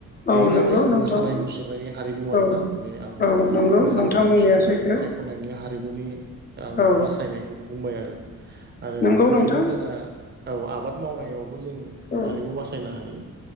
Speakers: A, on the right; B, on the left.
A: बे
B: औ
A: जाबाय
B: नंगौ नोंथां
A: मोसानाय मुसुरनायनि हारिमु आरोना
B: औ
A: बे आं
B: औ नंगौ
A: मोसानाय
B: नोंथां बुंनाया
A: मुसुरनाय
B: सैथो
A: मेथाइ खनायनि हारिमुनि आं बे
B: औ
A: बासायनायखौ बुंबाय आरो आरो
B: नंगौ
A: बेबायदिनो
B: नोंथां
A: जोंहा औ आबाद मावनायावबो जों
B: <unintelligible> औ
A: हारिमु बासायनो हायो